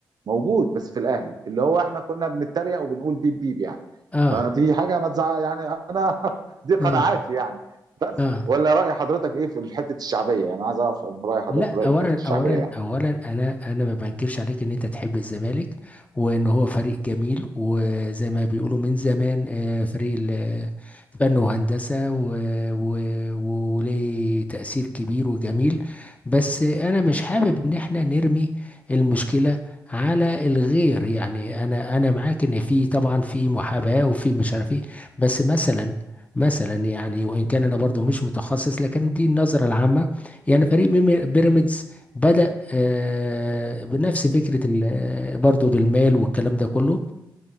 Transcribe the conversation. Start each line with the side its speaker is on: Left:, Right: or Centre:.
Right: موجود بس في الاهلي اللي هو احنا كنا بنتريق وبنقول بيب بيب يعني
Left: اه
Right: فدي حاجه ما تزعل يعني انا <laughs> دي قناعاتي
Left: اه
Right: يعني بس
Left: اه
Right: ولا راي حضرتك ايه في حته الشعبيه يعني عايز اعرف راي حضرتك
Left: لا
Right: في راي
Left: اولا
Right: حته الشعبيه
Left: اولا
Right: يعني
Left: اولا انا انا ما بنكرش عليك ان انت تحب الزمالك وان هو فريق جميل وزي ما بيقولوا من زمان آه، فريق ال- فن وهندسه و- و- و- وليه تاثير كبير وجميل بس انا مش حابب ان احنا نرمي المشكله على الغير يعني انا انا معاك ان في طبعا في محاباه وفي مش عارف ايه بس مثلا مثلا يعني وان كان انا برضو مش متخصص لكن دي النظره العامه يعني فريق بيمي- بيراميدز بدأ آه، بنفس فكرة ال- برضه بالمال والكلام ده كله